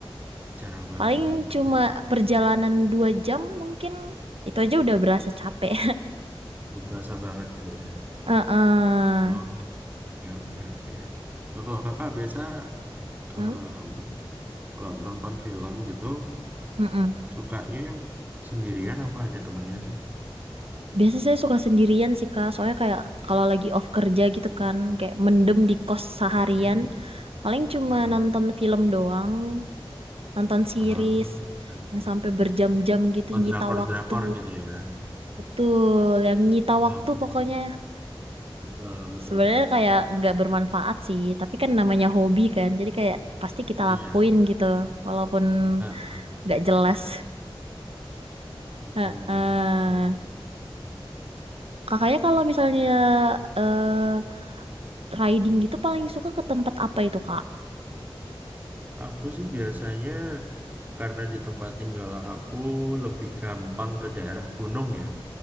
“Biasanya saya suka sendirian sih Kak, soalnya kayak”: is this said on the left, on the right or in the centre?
Right